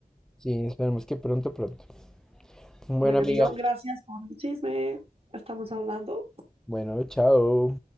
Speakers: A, in the centre; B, on the right.
A: Sí, esperemos que pronto, pronto. Bueno,
B: Bueno,
A: amiga.
B: amigo, gracias por el chisme. Estamos hablando.
A: Bueno, chao.